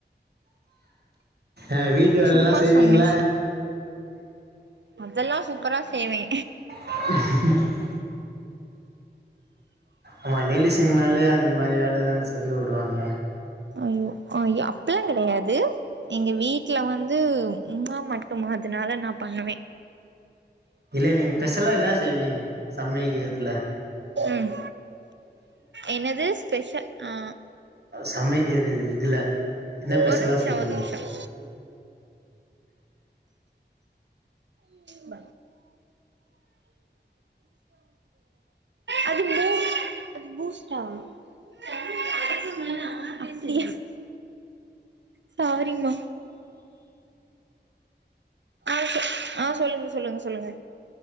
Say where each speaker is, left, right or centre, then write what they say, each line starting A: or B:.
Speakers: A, on the right; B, on the right.
A: ஆ வீட்டு வேலல்லா
B: சும்மா
A: செய்வீங்ள
B: சொன்னே அதல்லா சூப்பரா செய்வே
A: <inaudible> ஆமா லேடிஸுங்னாலே அந்த மாதிரி வேல தான செய்ய உடுவாங்க
B: அய்யோ அய்யோ அப்டில்லா கடையாது எங்க வீட்ல வந்து அம்மா மட்டும் மா அதனால நா பண்ணுவே
A: இல்ல நீங்க ஸ்பெஷலா என்ன செய்வீங்க சமையிக்கத்துல
B: ம் என்னது ஸ்பெஷல் ஆ
A: சமைக்கிறது இதுல என்ன ஸ்பெஷலா
B: ஒரு நிமிஷோ
A: செய்வீங்க
B: ஒரு நிமிஷோ <inaudible> அது அது புஸ்டா <unintelligible> சாரிம்மா ஆ சொல் ஆ சொல்லுங்க சொல்லுங்க சொல்லுங்க